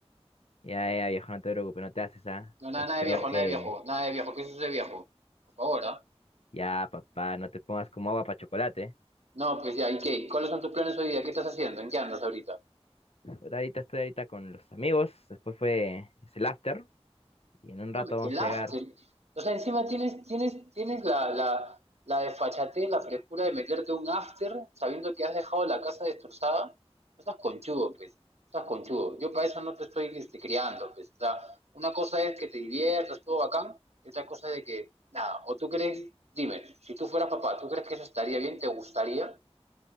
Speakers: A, on the left; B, on the right.
A: Ya, ya, viejo, no te preocupes, no te haces, ¿ah?
B: No,
A: Estás
B: nada, nada
A: peor
B: de viejo,
A: que...
B: nada de viejo, nada de viejo, ¿qué es eso de viejo? Por favor, ¿ah?
A: Ya, papá, no te pongas como agua para chocolate.
B: No, pues ya, ¿y qué? ¿Cuáles son tus planes hoy día? ¿Qué estás haciendo? ¿En qué andas ahorita?
A: Pues, Ahorita estoy ahorita con los amigos, después fue, es el after, y en un
B: no
A: rato
B: me
A: vamos
B: hielaste.
A: a llegar
B: O sea, encima tienes, tienes, tienes la, la, la desfachatez, la frescura de meterte un after sabiendo que has dejado la casa destrozada. No seas conchudo, pues. No seas conchudo. Yo para eso no te estoy este, criando, pues. O sea, una cosa es que te diviertas, todo bacán, y otra cosa es de que, nada, o tú crees, dime, si tú fueras papá, ¿tú crees que eso estaría bien? ¿Te gustaría?